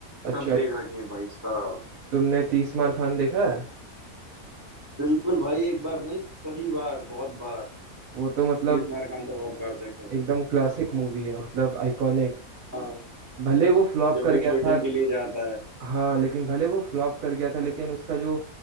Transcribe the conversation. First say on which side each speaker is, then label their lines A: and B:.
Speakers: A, on the right; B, on the right.
A: अच्छा
B: सब देख रखी है भाई साहब
A: तुमने तीस मार खान देखा है
B: बिल्कुल भाई एक बार नहीं कई बार बहुत बार
A: वो तो मतलब
B: तीस मार खान तो बहुत बार देखे हैं।
A: एकदम क्लासिक मूवी है मतलब आइकॉनिक
B: हाँ
A: भले वो फ्लॉप
B: जब
A: कर
B: वो शूटिंग
A: गया था
B: के लिए जाता है
A: हाँ लेकिन भले वो फ्लॉप कर गया था लेकिन उसका जो